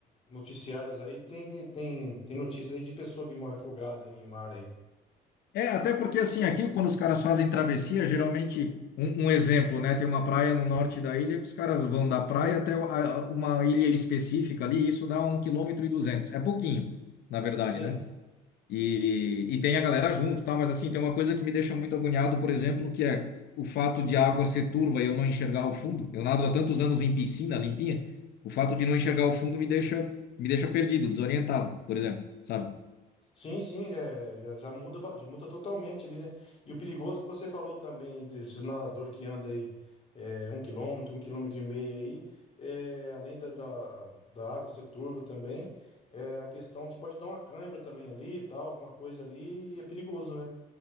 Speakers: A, on the left (about 35°); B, on the left (about 70°).
A: noticiários aí tem que tem tem notícias aí de pessoa que morre afogada em mar aí.
B: É, até porque assim, aqui quando os caras fazem travessia, geralmente, um, um exemplo, né? Tem uma praia no norte da ilha que os caras vão da praia até a- a- uma ilha específica ali, e isso dá um quilômetro e duzentos. É pouquinho, na verdade,
A: Sim,
B: né? E, e tem a galera junto, tá? Mas assim, tem uma coisa que me deixa muito agoniado, por exemplo, que é o fato de a água ser turva e eu não enxergar o fundo. Eu nado há tantos anos em piscina limpinha, o fato de não enxergar o fundo me deixa, me deixa perdido, desorientado, por exemplo, sabe?
A: sim, sim, é, já, já muda ba- já muda totalmente ali, né? E o perigoso que você falou também desses nadador que anda aí é, um quilômetro, um quilômetro e meio aí, é, além da, da, da água ser turva também, é, a questão que pode dar uma cãibra também ali, e tal, alguma coisa ali, e é perigoso, né?